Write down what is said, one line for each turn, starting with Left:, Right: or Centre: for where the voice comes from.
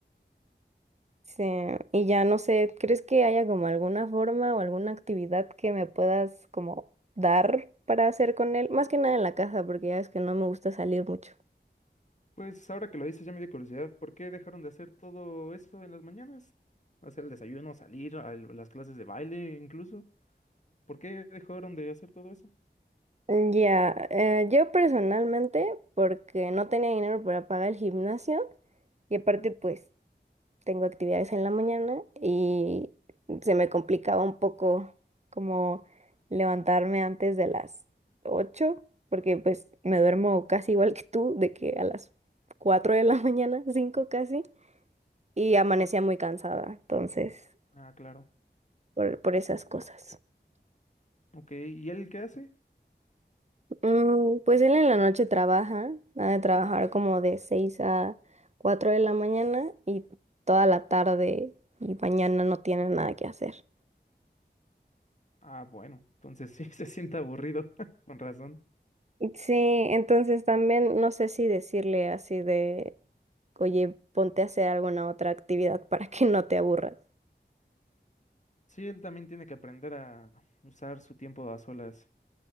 Right: Sí, y ya no sé, ¿crees que haya como alguna forma o alguna actividad que me puedas como dar para hacer con él? Más que nada en la casa, porque ya es que no me gusta salir mucho.
Left: Pues ahora que lo dices ya me dio curiosidad, ¿por qué dejaron de hacer todo eso en las mañanas? Hacer el desayuno, salir a el- las clases de baile incluso. ¿Por qué dejaron de hacer todo eso?
Right: Mm, Ya, eh, yo personalmente, porque no tenía dinero para pagar el gimnasio y aparte pues tengo actividades en la mañana y se me complicaba un poco como levantarme antes de las 8, porque pues me duermo casi igual que tú, de que a las 4 de la <laughs> mañana, 5 casi, y amanecía muy cansada, entonces,
Left: Ah, claro.
Right: por, por esas cosas.
Left: Ok. ¿Y él qué hace?
Right: Mm, pues él en la noche trabaja, ha de trabajar como de seis a cuatro de la mañana y toda la tarde y mañana no tiene nada que hacer.
Left: Ah, bueno. Entonces sí, <laughs> se siente aburrido, <laughs> con razón.
Right: Sí, entonces también no sé si decirle así de, oye, ponte a hacer alguna otra actividad para que no te aburras.
Left: Sí, él también tiene que aprender a usar su tiempo a solas,